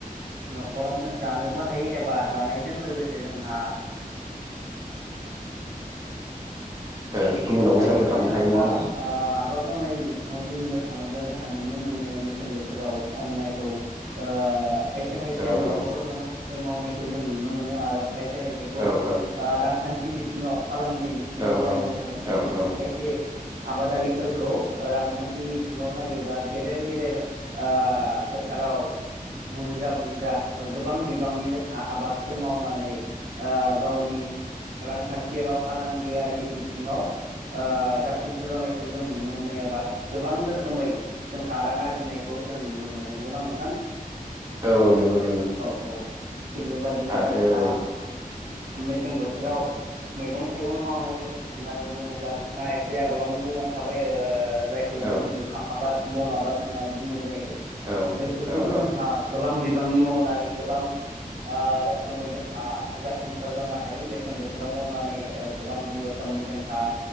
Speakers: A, on the right; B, on the right.
A: नखरावनो जानोबो हायो एबा जानाय। बेजों लोगोसे जोंहा
B: औ गुबुनावबो
A: जायो
B: साप्लाय खालामनो
A: जोंहा
B: हायो नङा होमबा
A: आ आबाद मावनायनि बिथिङाव बुंनो थाङोब्ला जोंहा नुनो मोनो मेसें बोथोराव मावनायखौ ओ खायसे खायसे
B: औ
A: नखराव
B: औ
A: जानो थाखाय मावनायखौ जों नुनो मोनो आरो खायसे खायसेखौ
B: औ औ
A: ओ रांखान्थि बिथिङाव फालांगि बिथिङाव
B: औ
A: नायनो थाङो
B: औ
A: उम
B: औ
A: खायसे आबादारिफोरखौ रांखान्थि मिथिङाव नायोब्ला गेदेर गेदेर आ फोथार फोराव बुरजा बुरजा गोबां बिबांनि जोंहा आबादफोर मावनानै आ गावनि रांखान्थि एबा फालांगियारि बिथिङाव आ जाफुंसार जानायखौ जों नुनो मोनो एबा गोबां रोखोमै जोंहा रां आरजि नायखौ जों नुनो मोनो नंगौना नोंथां।
B: औ औ नंगौ नंगौ।
A: औ औ थिग बेबादिनो
B: आरो
A: जोंहा मेसें बोथोराव मैगं थाइगं मावनाय होननानै होननानै बुङोब्ला नोंथाङा एसे आगोलावनो बुंलांखाबाय‌ ओ जायखौ जों
B: औ
A: जुखाम आबाद गम आबाद होननानै बुंनाय जायो
B: औ
A: बैफोरखौबो
B: औ
A: जोंहा गोबां बिबां बिबांनि मावनानै गोबां ओ रोखोमै जोंहा जाफुंसार जानो हायो मेसें बोथोर थोराव मावनानै औ गोबां रोखोमनि जों आ